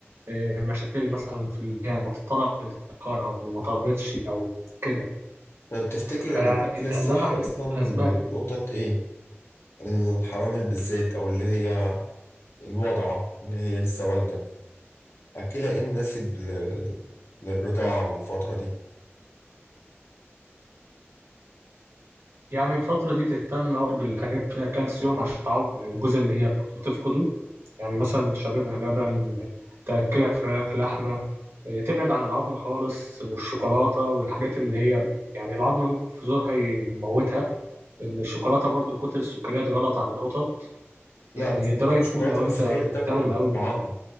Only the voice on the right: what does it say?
إيه، مشاكل مثلا في ال- يعني ما تتطلب متاخر او ما طلبتش او كده
فيعني
ده,
ده احد
الاسباب
يعني الفترة دي تهتم أوي بالحاجات فيها كالسيوم عشان تعوض الجزء اللي هي بتفقده يعني مثلا تشربها لبن تأكلها فراخ لحمة إيه، تبعد عن العظم خالص والشوكولاتة والحاجات اللي هي يعني العظم ممكن في زورها يموتها الشوكولاتة برضو كتر السكريات غلط على القطط
يعني
دراي
فود
لو
أنت مهتم
أوي بال...